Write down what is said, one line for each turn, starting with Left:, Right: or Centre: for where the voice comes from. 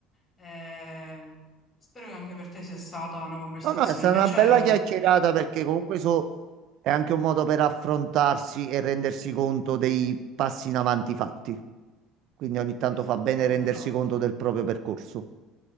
Left: Eh, spero che anche per te sia stata una conversazione
Right: No, no, è stata
Left: piacevole.
Right: una bella chiacchierata perché comunque so, è anche un modo per affrontarsi e rendersi conto dei passi in avanti fatti. Quindi ogni tanto
Left: Esatto,
Right: fa bene rendersi
Left: esatto.
Right: conto del proprio percorso.